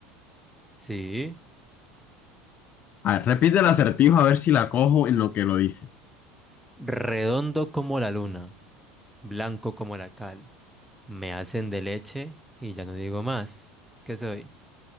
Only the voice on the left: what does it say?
A ver, repite el acertijo a ver si la cojo en lo que lo dices.